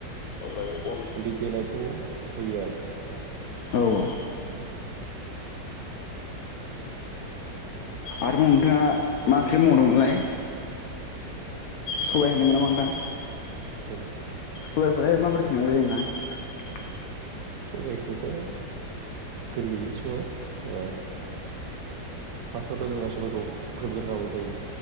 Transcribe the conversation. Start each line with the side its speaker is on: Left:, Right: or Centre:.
Left: अब्ला अन
Right: बि देनायखौ होयो आरो दा
Left: औ
Right: औ
Left: आरोबाव नोंथाङा मा ओंख्रि बुंदोंमोनलाय सबाय होनदोंमोन नामा नोंथां
Right: सबाइ
Left: सबाइखौलाय माबोरै संनाय जायो नों <unintelligible>
Right: सबाइखौथ' गोरलैयैनो सङो ओ फार्स्टआवथ' जोङो सबाइखौ हु नांगौ जायो